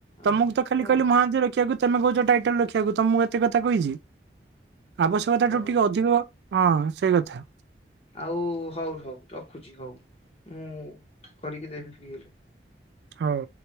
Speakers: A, on the left; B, on the right.
A: ଓହୋ
B: ତମକୁ ତ ଖାଲି କହିଲି
A: ହଉ।
B: ମହାନ୍ତି ରଖିବାକୁ। ତମେ କହୁଛ ଟାଇଟେଲ ରଖିବାକୁ ତ ମୁଁ ଏତେ କଥା କହିଛି ଆବଶ୍ୟକତା
A: ଓ
B: ଠୁ ଟିକେ ଅଧିକ। ହଁ ସେଇ କଥା।
A: ଆଉ ହଉ ହଉ ରଖୁଛି ହଉ ମୁଁ କରିକି ଦେବି ଫ୍ରି ହେଲେ।
B: ହଉ।